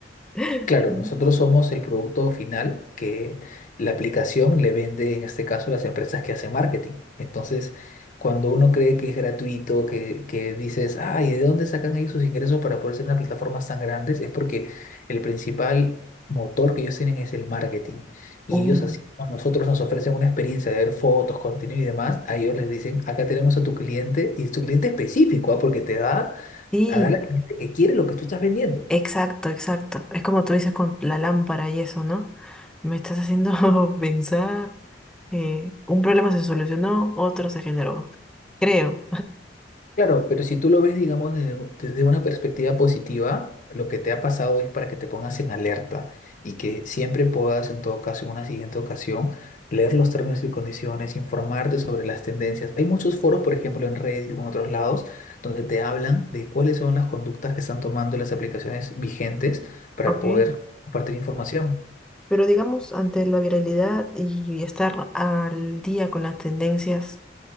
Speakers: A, in the centre; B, on the left.
A: <laughs>
B: Claro,
A: Mm.
B: nosotros somos el producto final que la aplicación le vende, en este caso, a las empresas que hacen marketing. Entonces, cuando uno cree que es gratuito, que, que dices, ay, ¿de dónde sacan ahí sus ingresos para poder ser unas plataformas tan grandes? Es porque el principal motor que ellos tienen es el marketing. Y
A: Uh,
B: ellos, así como a nosotros nos ofrecen una experiencia de ver fotos, contenido y demás, a ellos les dicen, acá tenemos a tu cliente, y es tu cliente específico, ah, Porque te da
A: sí,
B: a dar al cliente que quiere lo que tú estás vendiendo.
A: Exacto, exacto. Es como tú dices con la lámpara y eso, ¿no? Me estás haciendo <laughs> pensar. eh, un problema se solucionó, otro se generó. Creo.
B: Claro, pero si tú lo ves, digamos, desde, un- desde una perspectiva positiva, lo que te ha pasado es para que te pongas en alerta y que siempre puedas, en todo caso, en una siguiente ocasión, leer los términos y condiciones, informarte sobre las tendencias. Hay muchos foros, por ejemplo, en Reddit o en otros lados, donde te hablan de cuáles son las conductas que están tomando las aplicaciones vigentes para
A: Ok.
B: poder compartir información.
A: Pero digamos, ante la viralidad y estar al día con las tendencias,